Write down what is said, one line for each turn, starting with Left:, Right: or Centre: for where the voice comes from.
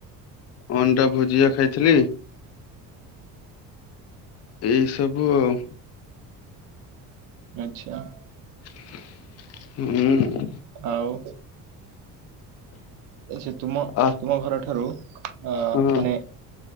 Left: ଅଣ୍ଡା ଭୁଜିଆ ଖାଇଥିଲି। ଏଇ ସବୁ ଆଉ।
Right: ଆଚ୍ଛା।
Left: ହୁଁ।
Right: ଆଉ ଆଛା ତୁମ
Left: ଆ
Right: ତୁମ ଘର ଠାରୁ। ଆ
Left: ହଁ
Right: ମାନେ